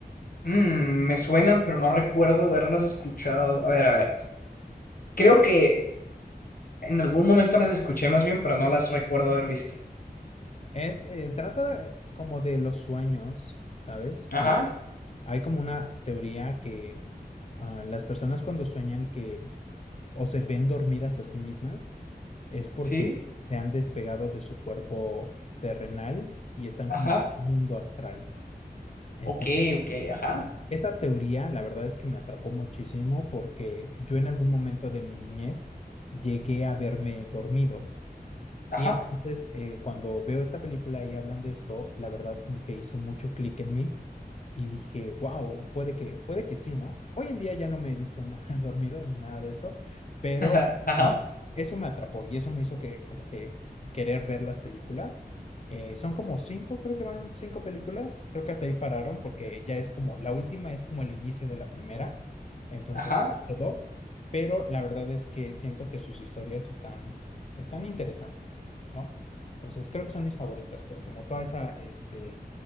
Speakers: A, on the left; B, on the left.
A: Mm, me suenan, pero no recuerdo haberlas escuchado. A ver, a ver. Creo que. En algún momento las escuché más bien, pero no las recuerdo haber visto.
B: Es, eh, trata de- como de los sueños, ¿sabes?
A: Ajá,
B: Eh, Hay como una teoría que ah, las personas cuando sueñan que o se ven dormidas a sí mismas es porque
A: sí,
B: se han despegado de su cuerpo terrenal y están
A: ajá,
B: como en un mundo astral. Entonces,
A: ok, ok, ajá,
B: esa teoría, la verdad es que me atrapó muchísimo porque yo en algún momento de mi niñez llegué a verme dormido.
A: ajá,
B: Y entonces, eh, cuando veo esta película y hablan de esto, la verdad como que hizo mucho clic en mí y dije, wow, puede que, puede que sí, ¿no? Hoy en día ya no me he visto no, <laughs> dormido ni nada de eso, pero
A: <laughs> ajá, ajá,
B: eso me atrapó y eso me hizo que como que querer ver las películas. Eh, son como cinco, creo que van cinco películas, creo que hasta ahí pararon porque ya es como, la última es como el inicio de la primera, entonces
A: ajá.
B: quedó, pero la verdad es que siento que sus historias están, están interesantes. ¿no? Entonces creo que son mis favoritas, pero como toda esa, este,